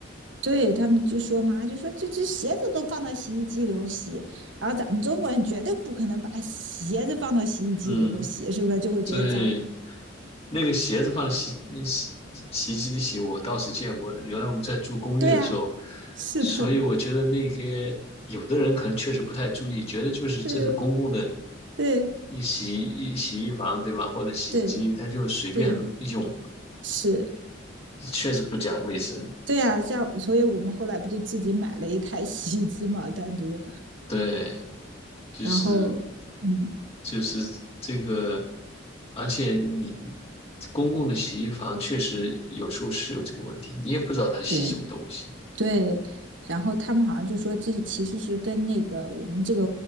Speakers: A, on the right; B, on the left.
A: 对他们就说嘛，就说这只鞋子都放到洗衣机里头洗，然后咱们中国人绝对不可能把鞋子放到洗衣机里头洗，
B: 嗯。
A: 是不是就会觉得脏？
B: 所以，那个鞋子放洗洗洗衣机里洗，我倒是见过的。原来我们在住公寓的时候，
A: 对呀、<laughs> 是的，
B: 所以我觉得那些有的人可能确实不太注意，觉得就是这是公共的
A: 对对
B: 一洗一洗衣房，对吧？或者洗衣机，
A: 对
B: 他就随便用，
A: 对，是，
B: 确实不讲卫生。
A: 对呀、像所以我们后来不就自己买了一台洗衣机嘛，单独，
B: 对，就是
A: 然后嗯，
B: 就是这个，而且你公共的洗衣房确实有时候是有这个问题，你也不知道他洗什么东西。
A: 对，对，然后他们好像就说这是其实是跟那个我们这个